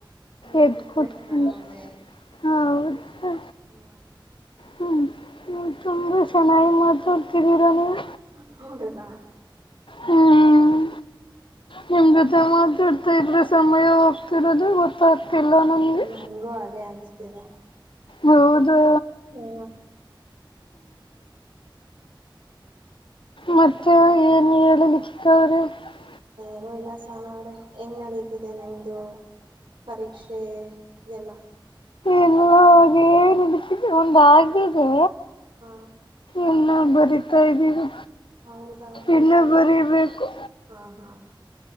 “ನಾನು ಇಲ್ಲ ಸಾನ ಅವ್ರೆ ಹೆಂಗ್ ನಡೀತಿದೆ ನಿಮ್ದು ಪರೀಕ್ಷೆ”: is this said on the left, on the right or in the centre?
Right